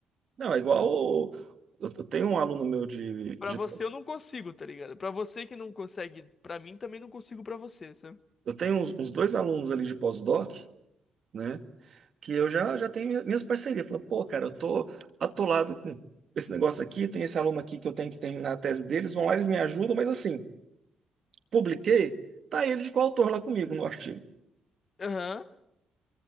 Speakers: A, on the right; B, on the left.
A: Não, é igual. o- Eu, eu tenho um aluno meu de,
B: Pra
A: de-
B: você eu não consigo, tá ligado? Pra você que não consegue, pra mim também não consigo pra você, sabe?
A: eu tenho uns, uns dois alunos ali de pós-doc, né? que eu já, já tenho minhas parcerias. Falei, pô, cara, eu tô atolado com esse negócio aqui, tem esse aluno aqui que eu tenho que terminar a tese deles, vão lá, eles me ajudam, mas assim, publiquei, tá ele de coautor lá comigo no <laughs> artigo.
B: Aham.